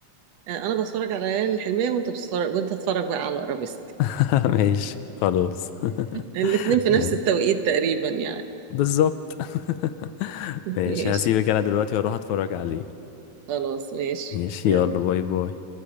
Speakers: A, on the right; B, on the left.
A: آه، انا بتفرج على ليالي الحلمية وانت بتتفرج وانت تتفرج بقى على ارابيسك
B: <laughs> ماشي خلاص <laughs>
A: الاتنين في
B: ماشي.
A: نفس التوقيت تقريبا يعني
B: بالظبط <laughs>
A: <laughs>
B: ماشي
A: ماشي
B: هسيبك انا دلوقتي واروح اتفرج عليه
A: خلاص ماشي
B: ماشي
A: يلا
B: يلا باي باي